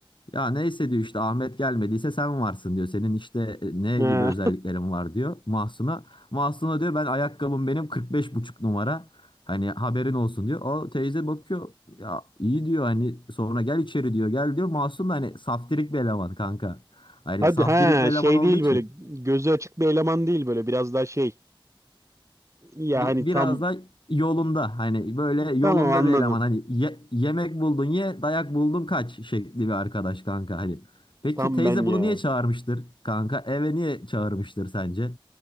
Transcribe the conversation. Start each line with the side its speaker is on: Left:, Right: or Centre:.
Left: Ya neyse diyor işte Ahmet gelmediyse sen varsın diyor. Senin işte e, ne
Right: Ha.
Left: gibi özelliklerin var diyor Mahsun'a. Mahsun'a diyor ben ayakkabım benim 45 buçuk numara. Hani haberin olsun diyor. O teyze bakıyor ya iyi diyor hani sonra gel içeri diyor gel diyor. Mahsun da hani saftirik bir eleman kanka.
Right: <laughs>
Left: Hani
Right: Hadi
Left: saftirik
Right: ha
Left: bir eleman
Right: şey
Left: olduğu
Right: değil
Left: için
Right: böyle gözü açık bir eleman değil böyle biraz daha şey. Ya
Left: bi-
Right: hani
Left: biraz
Right: tam
Left: da yolunda hani böyle yolunda
Right: Tamam anladım.
Left: bir eleman hani ye- yemek buldun ye dayak buldun kaç şekli bir arkadaş kanka hani. Peki
Right: Tam
Left: teyze
Right: ben ya.
Left: bunu niye çağırmıştır kanka? Eve niye çağırmıştır sence?